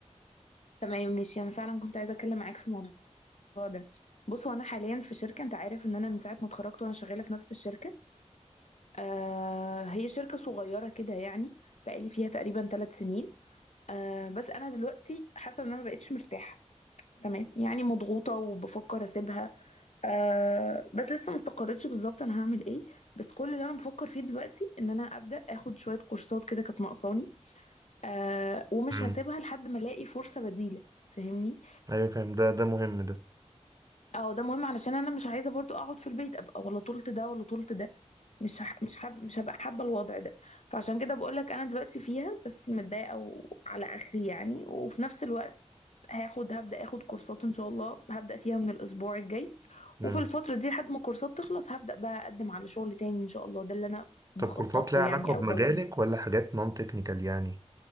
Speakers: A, on the left; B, on the right.
A: تمام ماشي انا فعلا كنت عايزه اتكلم معاك في الموضوع ده بص وانا حاليا في شركه انت عارف ان انا من ساعه ما اتخرجت وانا شغاله في نفس الشركه آه هي شركه صغيره كده يعني بقالي فيها تقريبا ثلاث سنين آه بس انا دلوقتي حاسه ان انا ما بقتش مرتاحه تمام يعني مضغوطه وبفكر اسيبها آه بس لسه ما استقرتش بالظبط انا هعمل ايه بس كل اللي انا بفكر فيه دلوقتي ان انا ابدا اخد شويه كورسات كده كانت ناقصاني آه ومش
B: امم
A: هسيبها لحد ما الاقي فرصة بديلة فاهمني
B: ايوه فاهم ده ده مهم ده
A: اه ده مهم علشان انا مش عايزة برضو اقعد في البيت ابقى ولا طولت ده ولا طولت ده مش هح... مش حب... مش هبقى حابة الوضع ده فعشان كده بقولك انا دلوقتي فيها بس متضايقة وعلى اخري يعني وفي نفس الوقت هاخد هبدأ اخد كورسات ان شاء الله هبدأ فيها من الاسبوع الجاي
B: امم
A: وفي الفترة دي لحد ما الكورسات تخلص هبدأ بقى اقدم على شغل تاني ان شاء الله ده اللي انا بخطط
B: طب كورسات ليها
A: له
B: علاقة
A: يعني
B: بمجالك
A: او ده اللي انا
B: ولا حاجات نون تكنيكال يعني